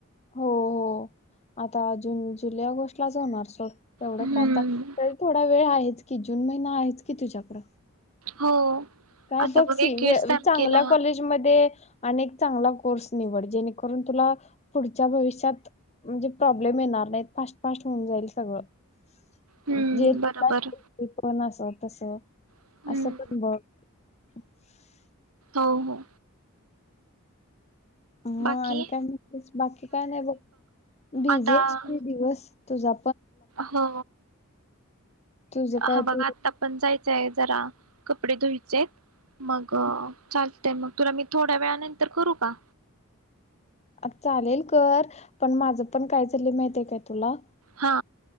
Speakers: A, on the left; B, on the right.
A: हो हो आता जून, जुलै, ऑगस्ट लाच जाणार सोड तेवढं
B: हम्म
A: काय आता तरी थोडा वेळ आहेच कि जून महिना आहेच की तुझ्याकड
B: हो
A: काय
B: आता
A: बघ स
B: एकवीस
A: वे
B: तारखेला
A: चांगल्या कॉलेजमध्ये आणि क चांगला कोर्स निवड जेणेकरून तुला पुढच्या भविष्यात म्हणजे प्रॉब्लेम येणार नाही फास्ट फास्ट होऊन जाईल सगळं
B: हम्म
A: जे
B: बरोबर
A: तुला पण अस तसं
B: हम्म
A: असं पण बघ <inaudible>
B: हो हो
A: मग
B: बाकी
A: आणि काय म्हनलीस बाकी काय नाही बघ बिझी
B: आता
A: आहेस इतकी दिवस तूझा
B: हो
A: तुझं काय
B: हा बघ
A: तू
B: आता पण जायच चय जरा कपडे धुवायचे आहेत मग चाल ते मग तुला मी थोड्या वेळा नंतर करू का?
A: अ चालेल कर पण माझं पण काय झालं माहिती आहे काय? तुला तुला
B: हा